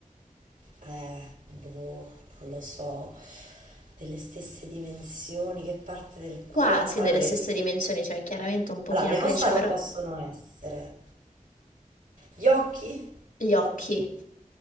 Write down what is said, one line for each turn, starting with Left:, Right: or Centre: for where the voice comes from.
Right: eh, boh, non lo so, delle stesse dimensioni, che parte del
Left: Quasi
Right: corpo?
Left: delle
Right: Allora,
Left: stesse dimensioni, cioè chiaramente un pochino
Right: allora, le
Left: cresce,
Right: ossa non
Left: però
Right: possono essere. Gli occhi?
Left: gli occhi.